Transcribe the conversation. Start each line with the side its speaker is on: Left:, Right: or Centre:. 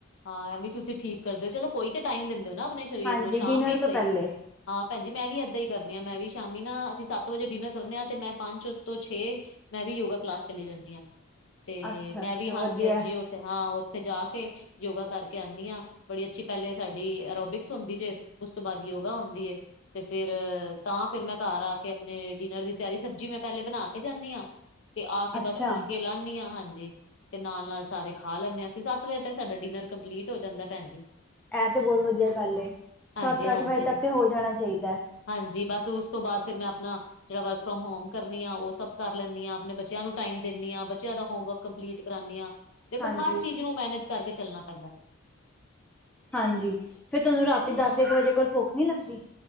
Left: ਹਾਂ, ਏਵੀ ਤੁਸੀਂ ਠੀਕ ਕਰਦੇ ਓ ਚਲੋ ਕੋਈ ਤੇ ਟਾਈਮ ਦਿੰਦੇ ਹੋ ਨਾ ਆਪਣੇ ਸਰੀਰ
Centre: ਹਾਂਜੀ
Left: ਨੂੰ, ਸ਼ਾਮ
Centre: ਡਿਨਰ
Left: ਈ
Centre: ਤੋਂ
Left: ਸਈ
Centre: ਪਹਿਲੇ
Left: ਹਾਂ ਭੈਣਜੀ, ਮੈਂ ਵੀ ਏਦਾਂ ਈ ਕਰਨੀ ਆ ਮੈਂ ਵੀ ਸ਼ਾਮੀ ਨਾ ਅਸੀਂ ਸੱਤ ਵਜੇ ਡਿਨਰ ਕਰਨੇ ਆ ਤੇ ਮੈਂ ਪੰਜ ਤੋਂ ਛੇ ਮੈਂ ਵੀ ਯੋਗਾ ਕਲਾਸ ਚਲੀ ਜਾਂਦੀ ਆ, ਤੇ
Centre: ਅੱਛਾ
Left: ਮੈਂ
Centre: ਅੱਛਾ
Left: ਵੀ ਹਾਂਜੀ-
Centre: ਵਧੀਆ
Left: ਹਾਂਜੀ ਓਥੇ ਹਾਂ ਓਥੇ ਜਾ ਕੇ ਯੋਗਾ ਕਰਕੇ ਆਨੀ ਆ ਬੜੀ ਅੱਛੀ ਪੈਲੇ ਸਾਡੀ ਅਰੋਬਿਕਸ ਹੁੰਦੀ ਜੇ ਓਸ ਤੋਂ ਬਾਦ ਯੋਗਾ ਹੁੰਦੀ ਏ ਤੇ ਫੇਰ ਤਾਂ ਫਿਰ ਮੈਂ ਘਰ ਆ ਕੇ ਆਪਣੇ ਡਿਨਰ ਦੀ ਤਿਆਰੀ ਸਬਜ਼ੀ ਮੈਂ ਪੈਲੇ ਬਣਾ ਕੇ ਜਾਂਦੀ ਆ ਤੇ ਆ ਕੇ
Centre: ਅੱਛਾ
Left: ਬਸ ਫੁਲਕੇ ਲਾਣੀ ਆ, ਹਾਂਜੀ। ਤੇ ਨਾਲ -ਨਾਲ ਸਾਰੇ ਖਾ ਲੈਂਦੇ ਆ ਅਸੀਂ, ਸੱਤ ਵਜੇ ਤੱਕ ਸਾਡਾ ਡਿਨਰ ਕੰਪਲੀਟ ਹੋ ਜਾਂਦਾ ਭੈਣ ਜੀ।
Centre: ਐ ਤੇ ਬੌਤ ਵਧੀਆ ਗੱਲ ਏ,
Left: ਹਾਂਜੀ-ਹਾਂਜੀ
Centre: ਸੱਤ ਅੱਠ ਵਜੇ ਤੱਕ ਤੇ ਹੋ ਜਾਣਾ ਚਾਈਦਾ।
Left: ਹਾਂਜੀ। ਬਸ ਓਸ ਤੋਂ ਬਾਦ ਫੇਰ ਮੈਂ ਆਪਣਾ ਜਿਹੜਾ ਵਰਕ ਫਰੋਮ ਹੋਮ ਕਰਨੀ ਆ, ਉਹ ਸਭ ਕਰ ਲੈਂਦੀ ਆ, ਆਪਣੇ ਬੱਚਿਆਂ ਨੂੰ ਟਾਈਮ ਦੇਣੀ ਆ, ਬੱਚਿਆਂ ਦਾ ਹੋਮ ਵਰਕ ਕੰਪਲੀਟ ਕਰਾਨੀ ਆ, ਦੇਖੋ
Centre: ਹਾਂਜੀ
Left: ਹਰ ਚੀਜ਼ ਨੂੰ ਮੈਨੇਜ ਕਰਕੇ ਚੱਲਣਾ ਪੈਂਦਾ
Centre: ਹਾਂਜੀ, ਫੇਰ ਤਹਾਨੂੰ ਰਾਤੀ ਦਸ ਇੱਕ ਵਜੇ ਕੋਲ ਭੁਖ ਨੀ ਲੱਗਦੀ।